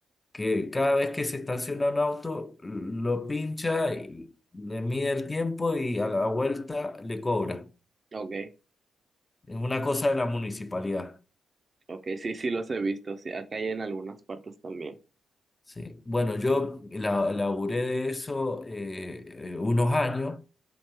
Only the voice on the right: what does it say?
ok,
Ok, sí, sí los he visto, sí, acá hay en algunas partes también.